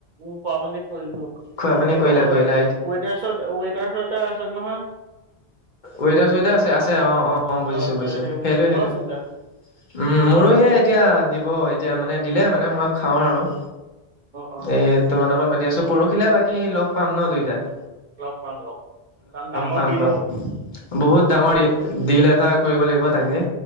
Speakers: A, on the right (about 55°); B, on the left (about 50°).
A: উম খোৱা পানী কৰিলো
B: খোৱা পানী
A: এইবোৰ
B: কৰিলা কৰিলা
A: ৱেটাৰছত ৱেটাৰ চোৱেটাৰ আছে নহয়।
B: ৱেটাৰ চোৱেটাৰ আছে আছে অঁ অঁ
A: অ
B: অঁ বুজিছো
A: অ আছে
B: বুজিছো
A: সেই
B: সেইটোৱে
A: কিহৰ
B: সেইটোৱে।
A: চিন্তা
B: উম মোৰো সে এতিয়া দিব। এতিয়া মানে দিলে মানে মই খাওঁ আৰু
A: অ অ
B: এই তোমাৰ লগত পাতি আছোঁ। পৰহিলে বাকী লগ পাম ন দুয়োটাই।
A: লগ পাম লগ কাৰণ ডাঙৰ
B: পাম
A: দিন
B: পাম
A: হ'
B: বহুত ডাঙৰ দিল এটা কৰিব লাগিব তাকে